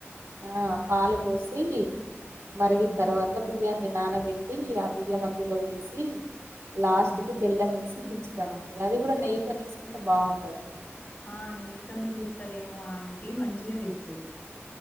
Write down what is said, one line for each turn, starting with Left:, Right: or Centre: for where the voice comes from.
Right: ఆ పాలు పోసి మరిగిన
Left: ఉమ్,
Right: తర్వాత బియ్యాన్ని ఎ నానబెట్టి ఆ బియ్యం అందులో వేసి లాస్ట్
Left: ఉమ్.
Right: కి బెల్లం ఏసి దించుతాం అండి అది గూడా నెయ్యితోనేే ఏసుకుంటే బాగుంటదండి
Left: ఆ నెయ్యి తోనే చేస్తాదేమో ఆంటీ మంచిగా చేస్తాది